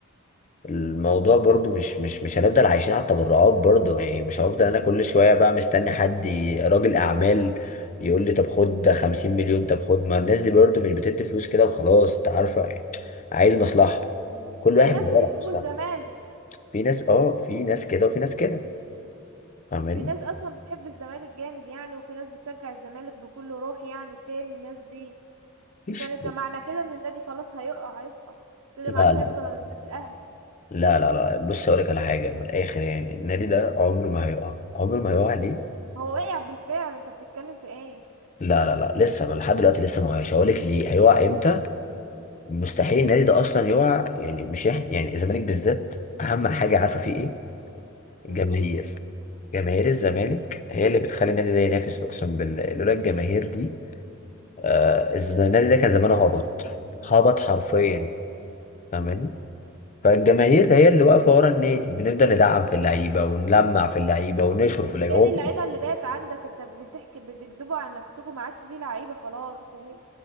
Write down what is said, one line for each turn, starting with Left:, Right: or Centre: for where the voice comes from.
Left: الموضوع برضو مش مش مش هنفضل عايشين على التبرعات برضو يعني مش هفضل انا كل شوية بقى مستني حد ي- راجل اعمال يقول لي طب خد ده 50 مليون طب خد ما الناس دي برضو مش بتدي فلوس كده وخلاص انت عارفة يعني عايز مصلحة كل واحد
Right: في ناس
Left: بيدور
Right: بيحبوا
Left: على مصلحة
Right: الزمالك
Left: في ناس اه في ناس كده وفي ناس كده فاهماني
Right: في ناس اصلا بتحب الزمالك جامد يعني وفي ناس بتشجع الزمالك بكل روح يعني فين الناس دي
Left: مفيش
Right: فين ده معنى كده ان النادي خلاص هيقع هيسقط كده
Left: لا
Right: ما عادش
Left: لا
Right: هيفضل الا النادي الاهلي
Left: لا لا لا بص اقول لك على حاجة من الاخر يعني النادي ده عمره ما هيقع عمره ما هيقع ليه
Right: هو واقع بالفعل انت بتتكلم في ايه
Left: لا لا لا لسه أنا لحد دلوقتي لسه ما وقعش هقول لك ليه هيقع امتى مستحيل النادي ده اصلا يقع يعني مش احنا يعني الزمالك بالذات اهم حاجه عارفه فيه ايه الجماهير
Right: امم
Left: جماهير الزمالك هي اللي بتخلي النادي ده ينافس اقسم بالله لولا الجماهير دي آه الز- النادي ده كان زمانه هبط هبط حرفيا فاهماني
Right: إمم.
Left: فالجماهير هي اللي واقفه ورا النادي بنفضل ندعم في اللعيبه ونلمع في اللعيبه ونشهر في اللعيبه
Right: فين
Left: هو
Right: اللعيبة
Left: طب
Right: اللي بقت عندك انت بتحكي بتكدبوا على نفسكم ما عادش فيه لعيبة خلاص مين-